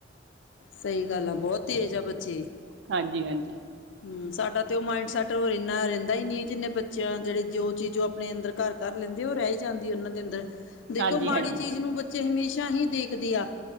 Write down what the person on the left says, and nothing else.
ਸਹੀ ਗੱਲ ਆ ਬਹੁਤ ਤੇਜ ਆ ਬੱਚੇ।
ਹਮ ਸਾਡਾ ਤੇ ਉਹ ਮਾਇੰਡ ਸੈਟਰ ਇੰਨਾ ਰਹਿੰਦਾ ਹੀ ਨਹੀਂ ਜਿੰਨੇ ਬੱਚਿਆਂ ਜਿਹੜੇ ਜੋ ਚੀਜ਼ ਆਪਣੇ ਅੰਦਰ ਘਰ ਕਰ ਲੈਂਦੇ ਉਹ ਰਹਿ ਹੀ ਜਾਂਦੀ ਉਹਨਾਂ ਦੇ ਅੰਦਰ। ਦੇਖੋ
ਮਾੜੀ
ਚੀਜ਼ ਨੂੰ ਬੱਚੇ ਹਮੇਸ਼ਾ ਹੀ ਦੇਖਦੇ ਆ,